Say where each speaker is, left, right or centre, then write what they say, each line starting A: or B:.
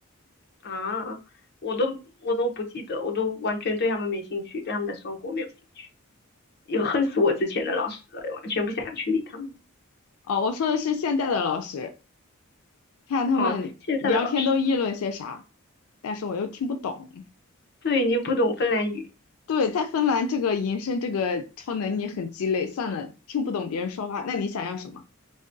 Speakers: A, on the left; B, on the left.
A: 啊，我都我都不记得，我都完全对他们没兴趣，对他们的生活没有兴趣，也恨死我之前的老师了，完全不想去理他们。
B: 哦，我说的是现在的老师，看他们聊天都议论些啥，
A: 哦，现在的老师，
B: 但是我又听不懂。
A: 对你不懂芬兰语，
B: 对，在芬兰这个延伸这个超能力很鸡肋，算了，听不懂别人说话。那你想要什么